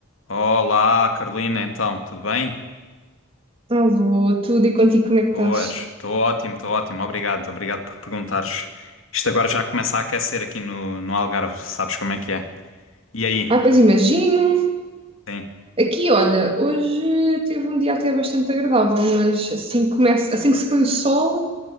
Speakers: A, on the left (about 80°); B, on the right (about 30°).
A: Olá, Carolina, então, tudo bem?
B: Alô, tudo e contigo, como é que
A: Boas,
B: estás?
A: estou ótimo, estou ótimo, obrigado, obrigado por perguntares. Isto agora já começa a aquecer aqui no, no Algarve, sabes como é que é? E aí?
B: Ah, pois imagino.
A: Sim.
B: Aqui, olha, hoje teve um dia até bastante agradável, mas assim que começa, assim que se põe o sol,